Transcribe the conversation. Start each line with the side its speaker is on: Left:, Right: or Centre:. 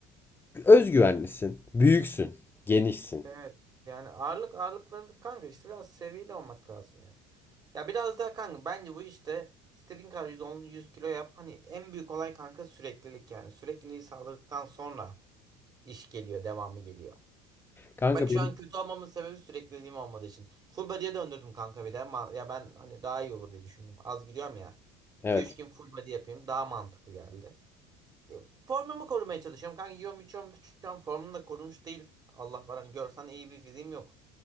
Left: özgüvenlisin, büyüksün, genişsin.
Right: Evet. Yani ağırlık ağırlıkları da- kanka işte biraz seviyeli olmak lazım ya. Ya biraz daha kanka bence bu işte istediğin kadar 110 100 kilo yap. Hani en büyük olay kanka süreklilik yani. Sürekliliği sağladıktan sonra iş geliyor, devamı geliyor.
Left: Kanka
Right: Bak şu
Left: benim
Right: an kötü olmamın sebebi sürekliliğim olmadığı için. Full body'ye döndürdüm kanka bir de. Ma- Ya ben hani daha iyi olur diye düşündüm. Az gidiyorum ya. iki
Left: evet.
Right: üç gün full body yapayım. Daha mantıklı geldi. Formumu korumaya çalışıyorum. Kanka yiyorum içiyorum. Şu an formum da korumuş değil. Allah var hani görsen iyi bir fiziğim yok.